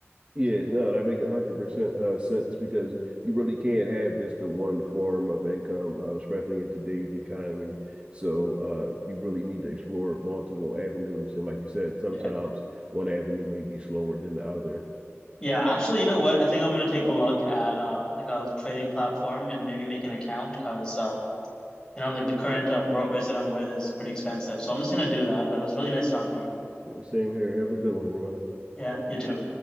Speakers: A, on the right (about 25°); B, on the left (about 15°).
A: Yeah, no, that makes a hundred percent uh sense because you really can't have just the one form of income, um, especially in today's economy. So uh you really need to explore multiple avenues. And like you said, sometimes
B: Yeah.
A: one avenue may be slower than the other.
B: Yeah, actually, you know what? I think I'm gonna take a look at uh like a trading platform and maybe make an account because uh you know, like the current uh, brokers that I'm with is pretty expensive. So I'm just gonna do that. But it was really nice talking to you.
A: Same here. Have a good one, Ron.
B: Yeah, you too.